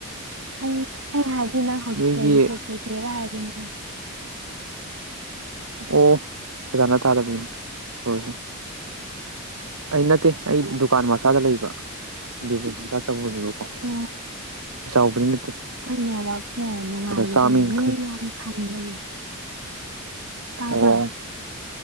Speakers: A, on the right (about 65°); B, on the right (about 85°).
A: ꯑꯩ ꯑꯩ ꯍꯥꯏꯕꯒꯤ ꯅꯪ ꯍꯧꯖꯤꯛ
B: ꯅꯣꯏꯒꯤ
A: ꯂꯩꯔꯤꯁꯦ ꯀꯦꯐꯦꯔꯥ ꯍꯥꯏꯕꯅꯤꯅ
B: ꯑꯣ ꯐꯖꯥꯅ ꯇꯥꯗꯕꯒꯤꯅꯤ ꯁꯁꯦ ꯑꯩ ꯅꯠꯇꯦ ꯑꯩ ꯗꯨꯀꯥꯟ ꯃꯆꯥꯗ ꯂꯩꯕ ꯕꯤꯅꯦ ꯃꯆꯥ ꯇꯧꯕꯅꯦꯕꯀꯣ
A: ꯑꯣ
B: ꯆꯥꯎꯕꯗꯤ
A: ꯑꯩꯈꯣꯏ ꯅꯦꯠꯋꯔꯛꯁꯦ ꯅꯨꯡꯉꯥꯏꯕꯒꯤ
B: ꯆꯥꯝꯃ ꯌꯥꯡꯈꯩ
A: ꯃꯤ ꯌꯥꯝ ꯁꯪꯕꯒꯤ ꯇꯥꯕ
B: ꯑꯣ